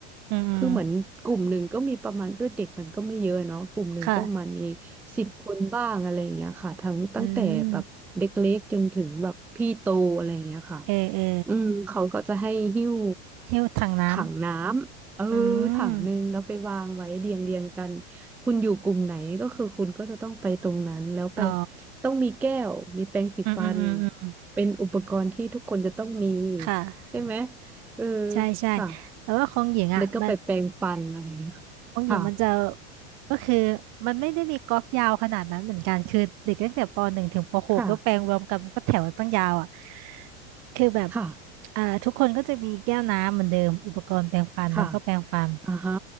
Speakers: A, on the right; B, in the centre.
A: อืมอืม
B: คือเหมือนกลุ่มหนึ่งก็มีประมาณด้วยเด็กมันก็ไม่เยอะเนาะกลุ่มหนึ่งก็ประมาณมี
A: ค่ะ
B: สิบคนบ้างอะไรอย่างเงี้ยค่ะทั้งตั้งแต่แบบเล็กๆจนถึงแบบพี่โตอะไรอย่างเงี้ยค่ะ
A: อืมเออเออ
B: อืมเขาก็จะให้หิ้ว
A: หิ้วถังน้
B: ถังน้ำเออ
A: ำอื
B: ถังหนึ่งแล้วไปวางไว้เรียงเรียงกัน
A: ม
B: คุณอยู่กลุ่มไหนก็คือคุณก็จะต้องไปตรงนั้นแล้วไป
A: อ๋อ
B: ต้องมีแก้วมีแปรงสีฟัน
A: อืมอืมอืมอืม
B: เป็นอุปกรณ์ที่ทุกคนจะต้องมี
A: ค่ะ
B: ใช่ไหมเออ
A: ใช่ใช่
B: ค่ะ
A: แต่ว่าของหญิงอ่ะมัน
B: แล้วก็ไปแปรงฟันอะไรอย่างเงี้ย
A: ของหญิงมันจะ
B: ค่ะ
A: ก็คือมันไม่ได้มีก๊อกยาวขนาดนั้นเหมือนกันคือเด็กตั้งแต่ปหนึ่งถึงปหกก็แปลงรวมกันมันก็แถวตั้งยาวอ่ะ
B: ค่ะ
A: คือแบบ
B: ค่ะ
A: อ่าทุกคนก็จะมีแก้วน้ำเหมือนเดิมอุปกรณ์แปรงฟันแล้วก็แปรงฟัน
B: ค่ะอ่าฮะ